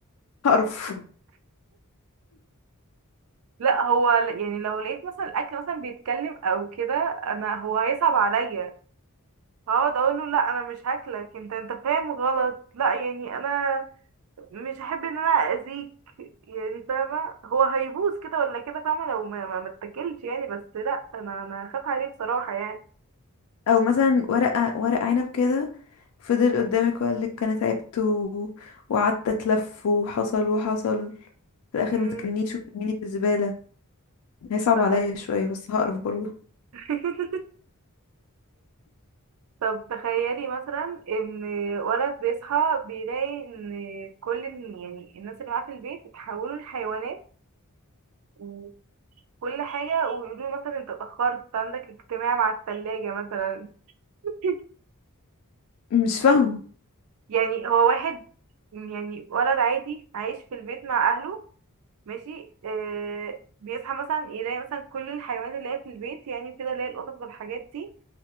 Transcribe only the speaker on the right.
لا هو ل- يعني لو لقيت مثلا الاكل مثلا بيتكلم او كده انا هو هيصعب عليا هقعد اقول له لا انا مش هاكلك انت انت فاهم غلط لا يعني انا مش هحب ان انا اذيك يعني فاهمه هو هيبوظ كده ولا كده فاهمه لو ما ما ما اتكلش يعني بس لا انا انا هخاف عليه بصراحه يعني
امم
ف...
<laughs> طب تخيلي مثلا ان ولد بيصحى بيلاقي ان كل ال- يعني الناس اللي معاه في البيت اتحولوا لحيوانات وكل حاجه ويقولوا له مثلا انت اتاخرت عندك اجتماع مع الثلاجه مثلا <laughs>
يعني هو واحد يعني ولد عادي عايش في البيت مع اهله ماشي آه بيصحى مثلا يلاقي مثلا كل الحيوانات اللي هي في البيت يعني كده اللي هي القطط والحاجات دي